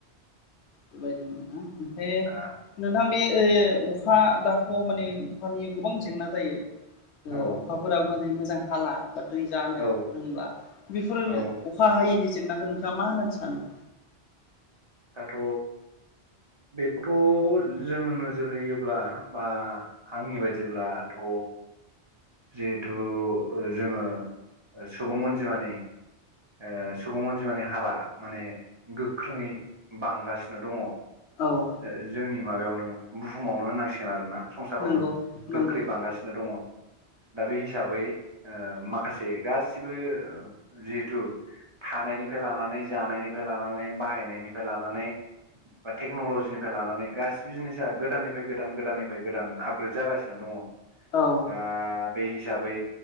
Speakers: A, on the left (about 85°); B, on the right (about 35°).
A: बेबायदिनो <unintelligible> ओमफाय।
B: दा
A: नोंथां बे ओ अखा दाथ' माने अखानि गोबां जेंना जायो। ओ
B: औ
A: अखाफोरा माने मोजां हाला बा दै जानो
B: औ
A: रोंला। बेफोरो
B: औ
A: अखा हायैनि जेंनाखो नोंथांङा मा होनना सानो।
B: दाथ' बेखौथ' जोङो नोजोर होयोब्ला बा। आंनि बायदिब्लाथ'। जिहेतु ओ जोङो सुबुं अनजिमानि। ओ सुबुं अनजिमानानि हारा माने गोख्रोङै बांगासिनो दङ।
A: औ
B: जो जोंनि माबायावनो बुहुमावनो होननांसिगोन आरो ना। संसारावनो
A: नंगौ
B: गोख्रै
A: नंगौ
B: बांगासिनो दङ। दा बे हिसाबै ओ माखासे गासिबो जि तु थानायनिफ्राय लानानै जानायनिफ्राय लानानै बाहायनायनिफ्राय लानानै। बा टेक्न'ल'जिनिफ्राय लानानै गासिबो जिनिसा गोदाननिफ्राय गोदान गोदाननिफ्राय गोदान आपग्रेद जागासिनो दङ'।
A: औ
B: दा बे हिसाबै